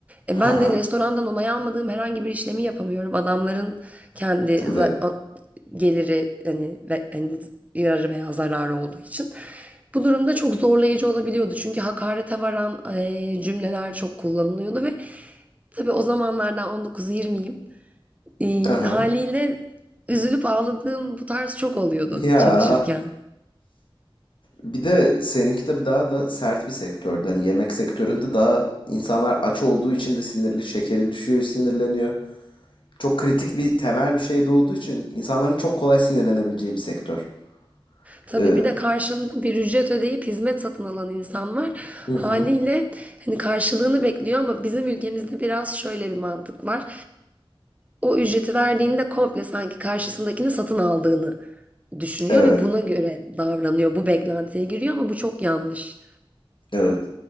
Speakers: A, on the right; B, on the left.
A: E,
B: Ha
A: ben
B: ha.
A: de restorandan onay almadığım herhangi bir işlemi yapamıyorum. Adamların kendi
B: Tabii.
A: geliri hani, ve, hani yararı veya zararı olduğu için. Bu durumda çok zorlayıcı olabiliyordu. Çünkü hakarete varan eee, cümleler çok kullanılıyordu ve tabii o zamanlardan 19-20'yim. Eee,
B: Ha ha.
A: haliyle üzülüp ağladığım bu tarz çok oluyordu
B: Ya.
A: çalışırken.
B: Bir de seninki tabii daha da sert bir sektördü. Hani yemek sektöründe daha insanlar aç olduğu için de sinirli, şekeri düşüyor, sinirleniyor. Çok kritik bir temel bir şey de olduğu için insanların çok kolay sinirlenebileceği bir sektör.
A: Tabii
B: Ee,
A: bir de karşında bir ücret ödeyip hizmet satın alan insan var.
B: hı hı,
A: Haliyle hani karşılığını bekliyor ama bizim ülkemizde biraz şöyle bir mantık var. O ücreti verdiğinde komple sanki karşısındakini satın aldığını düşünüyor
B: evet,
A: ve buna göre davranıyor. Bu beklentiye giriyor ama bu çok yanlış.
B: evet.